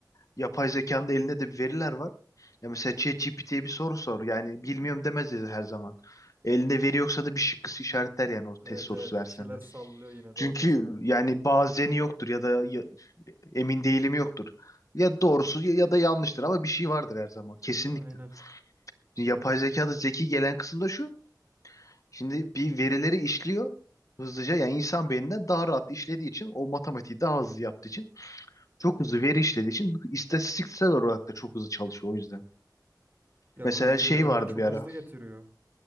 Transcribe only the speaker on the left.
Yapay zekanın da elinde de bir veriler var. Ya mesela ChatGPT'ye bir soru sor. Yani bilmiyorum demez dedi her zaman. Elinde veri yoksa da bir şıkkısı işaretler yani o
test sorusu
versen
de.
Çünkü
yani bazeni yoktur ya da ya- emin değilim yoktur. Ya doğrusu ya ya da yanlıştır ama bir şey vardır her zaman kesinlikle.
Yapay zekada zeki gelen kısım da şu. Şimdi bir verileri işliyor hızlıca. Yani insan beyninden daha rahat işlediği için o matematiği daha hızlı yaptığı için çok hızlı veri işlediği için istatistiksel olarak da çok hızlı çalışıyor o yüzden.
Mesela
şey
vardı
bir ara.